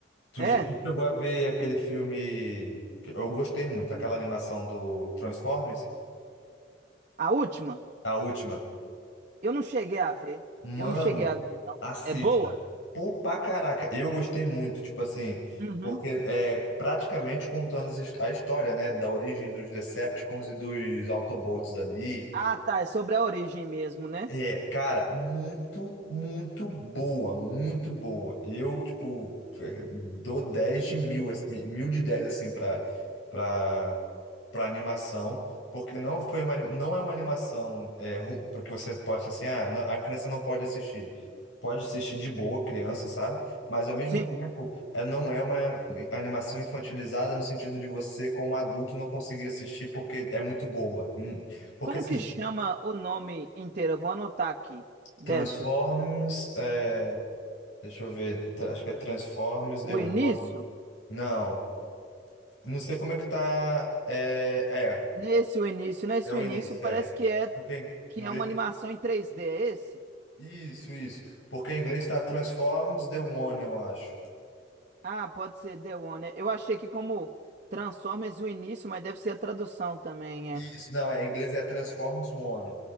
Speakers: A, on the left; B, on the right.
A: Tu,
B: É,
A: já- tu chegou a ver aquele filme que eu gostei muito, aquela animação do Transformers,
B: a última,
A: a última.
B: eu não cheguei a ver.
A: Mano,
B: Eu não cheguei a ver, não.
A: assista.
B: É boa?
A: Pô, pra caraca, eu gostei muito, tipo assim,
B: uhum.
A: porque é praticamente contando as his- a história, né, da origem dos Decepticons e dos Autobots ali.
B: Ah, tá, é sobre a origem mesmo, né?
A: É, cara, muito, muito boa, muito boa. Eu, tipo, é, dou 10 de mil, assim, mil de 10 assim, pra, pra para animação, porque não foi uma, anim- não é uma animação é, ru- porque você possa assim, ah, não- a criança não pode assistir. Pode assistir de boa, criança, sabe? Mas ao mesmo
B: Sim.
A: tempo, é, não é uma animação infantilizada no sentido de você, como adulto, não conseguir assistir porque é muito boba. Hum, Porque
B: Como
A: assim,
B: que chama o nome inteiro? Eu vou anotar aqui dessa.
A: Transformers, é, deixa eu ver, tra- acho que é Transformers, deu
B: O
A: um
B: início?
A: nome. Não, não sei como é que tá. É, é,
B: Nesse o início, nesse
A: é o
B: o início
A: início,
B: parece
A: é.
B: que é
A: Porque
B: que
A: em inglês
B: é uma animação em 3D, é esse?
A: Isso, isso. Porque em inglês está Transforms the One, eu acho.
B: Ah, pode ser The One. Eu achei que como Transformers o início, mas deve ser a tradução também,
A: Isso,
B: é.
A: não, é, em inglês é Transforms One.